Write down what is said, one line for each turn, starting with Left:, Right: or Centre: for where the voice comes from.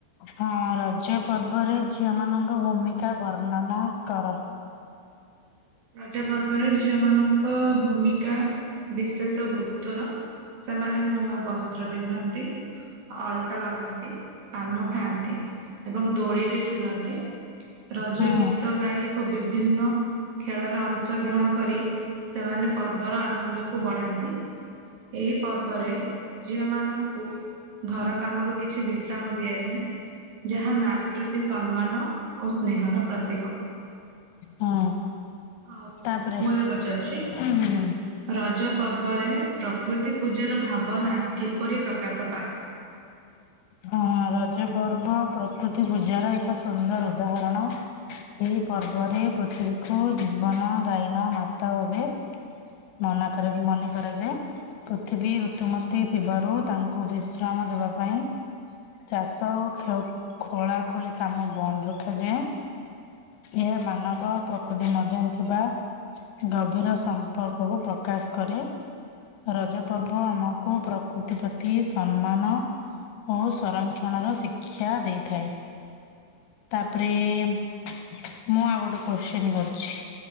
Left: ହଁ ରଜ ପର୍ବରେ ଝିଅ ମାନଙ୍କ ଭୂମିକା ବର୍ଣ୍ଣନା କର।
Right: ରଜା ପର୍ବରେ ଝିଅ ମାନଙ୍କ ଭୂମିକା ବିଶେଷ ଗୁରୁତର ସେମାନେ ନୂଆ ବସ୍ତ୍ର ପିନ୍ଧନ୍ତି। ଅଳତା ଲଗାନ୍ତି ପାନ ଖାଆନ୍ତି ଏବଂ ଦୋଳିରେ ଝୁଲନ୍ତି। ରଜ
Left: ହୁଁ
Right: ଗୀତ ଗାଇ ଓ ବିଭିନ୍ନ ଖେଳରେ ଅଂଶ ଗ୍ରହଣ କରି ସେମାନେ ପର୍ବର ଆନନ୍ଦକୁ ବଢାନ୍ତି। ଏହି ପର୍ବରେ ଝିଅ ମାନଙ୍କୁ ଘର କାମରୁ କିଛି ବିଶ୍ରାମ ଦିଆଯାଏ। ଯାହା ନାରୀ ପ୍ରତି ସମ୍ମାନ ଓ ସ୍ନେହର ପ୍ରତୀକ।
Left: ହଁ
Right: ଆଉ
Left: ତାପରେ
Right: ମୁଁ ଏବେ ପଚାରୁଛି
Left: ଉ ହୁଁ।
Right: ରଜ ପର୍ବରେ ପ୍ରକୃତି ପୂଜାର ଭାବନା କିପରି ପ୍ରକାଶ ପାଏ।
Left: ହଁ ରଜ ପର୍ବ ପ୍ରକୃତି ପୂଜାର ଏକ ସୁନ୍ଦର ଉଦାହରଣ। ଏହି ପର୍ବରେ ପ୍ରକୃତି କୁ ଜୀବନ ଦାଇନ ମାତା ଭାବେ ମନା କରା ଯ ମନେ କରାଯାଏ। ପୃଥିବୀ ଋତୁମତୀ ଥିବାରୁ ତାଙ୍କୁ ବିଶ୍ରାମ ଦବା ପାଇଁ ଚାଷ ଓ ଖୋ ଖୋଳା ଖୋଳି କାମ ବନ୍ଦ ରଖାଯାଏ। ଏହା ମାନବ ପ୍ରକୃତି ମଧ୍ୟରେ ଥିବା- ଗଭୀର ସମ୍ପର୍କକୁ ପ୍ରକାଶ କରେ। ରଜ ପର୍ବ ଆମକୁ ପ୍ରକୃତି ପ୍ରତି ସମ୍ମାନ ଓ ସଂରକ୍ଷଣର ଶିକ୍ଷା ଦେଇଥାଏ। ତାପରେ ମୁଁ ଆଉ ଗୋଟେ କୋଶ୍ଚନ କରୁଛି।